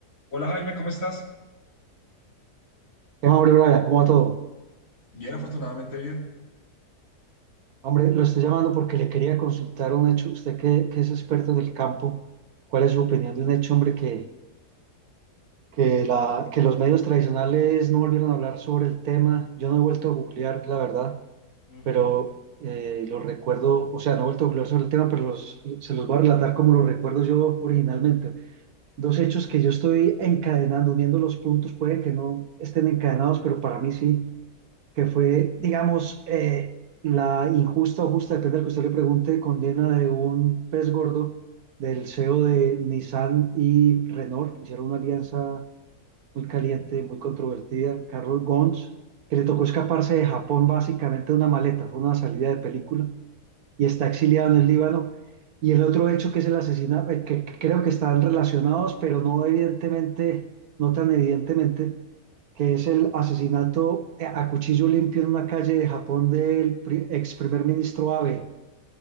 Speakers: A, on the left; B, on the right.
A: Hola Jaime, ¿cómo estás?
B: Eh, hombre, Brian, ¿cómo va todo?
A: Bien, afortunadamente bien.
B: Hombre, lo estoy llamando porque le quería consultar un hecho. Usted que, que es experto del campo, ¿cuál es su opinión de un hecho, hombre, que, que, la, que los medios tradicionales no volvieron a hablar sobre el tema? Yo no he vuelto a googlear, la verdad,
A: Ujú,
B: pero eh, lo recuerdo, o sea, no he vuelto a googlear sobre el tema, pero los- se los voy a relatar como lo recuerdo yo originalmente. Dos hechos que yo estoy encadenando, uniendo los puntos, puede que no estén encadenados, pero para mí sí. que fue, digamos, eh, la injusta o justa, depende del que usted le pregunte, condena de un pez gordo del CEO de Nissan y Renault, que hicieron una alianza muy
A: ujú.
B: caliente, muy controvertida, Carlos Ghosn, que le tocó escaparse de Japón básicamente de una maleta, fue una salida de película, y está exiliado en el Líbano. Y el otro hecho que es el asesinato, eh, que, que creo que están relacionados, pero no evidentemente, no tan evidentemente, que es el asesinato a cuchillo limpio en una calle de Japón del pri- ex primer ministro Abe.